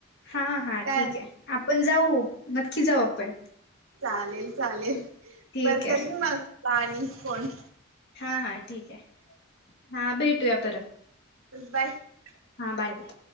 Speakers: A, on the left; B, on the right.
A: हां हा
B: काय
A: ठीक आहे आप आपण जाऊ नक्की, जाऊ आपण
B: <inaudible> चालेल चालेल
A: ठीक
B: बर
A: आहे
B: करीन मग पाणी फोन
A: हा हा ठीक आहे हा भेटूया परत.
B: चल बाय <inaudible>
A: हां बाय बाय.